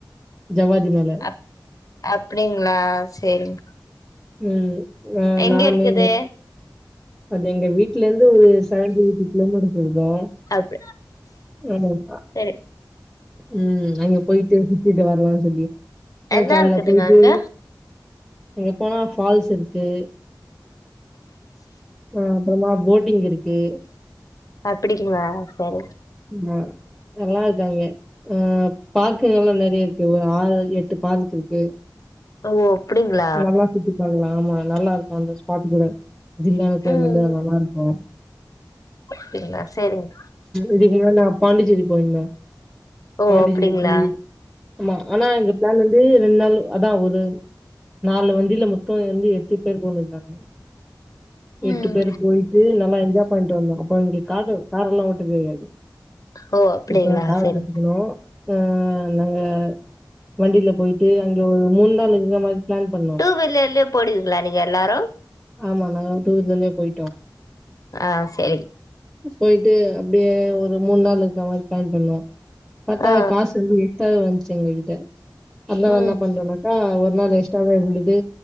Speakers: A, in the centre; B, on the left.
A: ஜவ்வாதுமல
B: அப் அப்டிங்களா சேரிங்
A: ம் அ
B: எங்க
A: நானு
B: இருக்குது
A: அது எங்க வீட்ல இருந்து செவன்டி எயிட் கிலோமீட்டர்ஸ் இருக்கும்
B: அப்
A: ஆமா ப்பா
B: சரி
A: ம் அங்க போயிட்டு சுத்திட்டு வரலாம்னு சொல்லி அதா
B: என்ன
A: கால்ல
B: இருக்குதுங்க
A: போய்டு
B: அங்க
A: அங்க போனா ஃபால்ஸ் இருக்கு ஆன் அப்பறமா போட்டிங் இருக்கு
B: அப்டிங்களா சரி
A: ஆமா நல்லா இருக்கு அங்க ஆ பார்க்குங்க எல்லாம் நெறைய இருக்கு ஒரு ஆறு எட்டு பார்க்குருக்கு
B: ஓ அப்டிங்களா
A: நல்லா சுத்தி பாக்கலாம் ஆமா நல்லா இருக்கும் அந்த ஸ்பாட் கூட ஜில்லான க்ளைமெட்டு
B: ம்
A: தா நல்லா இருக்கும்
B: அப்டிங்களா சேரிங்க
A: இதுக்கு முன்னா நா பாண்டிச்சேரி போயிருந்தோம்
B: ஓ
A: பாண்டிச்சேரி
B: அப்டிங்களா
A: போயி ஆமா ஆனா எங்க பிளான் வந்து ரெண்டு நாள் அதான் ஒரு நாலு வண்டியில மொத்தோ வந்து எட்டு பேர் ஒக்காந்துருந்தாங்க எட்டு
B: ம்
A: பேர் போயிட்டு நல்லா என்ஜாய் பண்ணிட்டு வந்தோம் அப்போ இங்க காட்டு கார எல்லாம் ஓட்டு தெரியாது
B: ஓ அப்டிங்களா
A: இப்ப தாவ
B: சரிங்
A: கத்துக்கணு ஆ நாங்க வண்டியில போயிட்டு அங்க ஒரு மூணு நாள் இருக்க மாதிரி பிளான் பண்ணம்
B: டூ வீர்லர்லேயே போடுவீங்களா நீங்க எல்லாரு
A: ஆமா நாங்க டூ வீர்லர்லயே போயிட்டோம்
B: ஆ செரி
A: போயிட்டு அப்டியே ஒரு மூணு நாள் இருக்க மாதிரி பிளான் பண்ணோம் பாத்தா
B: ஆ
A: காசு வந்து யிதல் வந்துச்சு எங்க கிட்ட அதனால
B: ம்
A: என்ன பண்றோனாக்கா ஒரு நாள் எக்ஸ்ட்டாவே உள்ளது